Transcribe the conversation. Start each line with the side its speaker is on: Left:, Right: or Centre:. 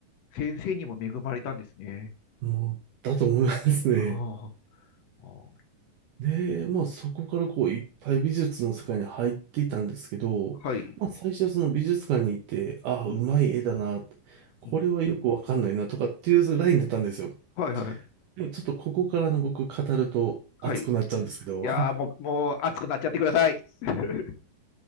Left: 先生にも恵まれたんですね。
Right: もう、だと思いますね。
Left: ああ、ああ
Right: で、まあそこからこういっぱい美術の世界に入っていたんですけど、
Left: はい。
Right: まあ最初はその美術館に行って、ああ、
Left: うん、
Right: うまい絵だな、これはよくわかんないなとかっていうラインだったんですよ。
Left: うん。はい、はい、
Right: でもちょっとここからの僕語ると熱くなっちゃうんですけど、
Left: はい。いやーもう、
Right: <laughs>
Left: もう熱くなっちゃってください。<laughs>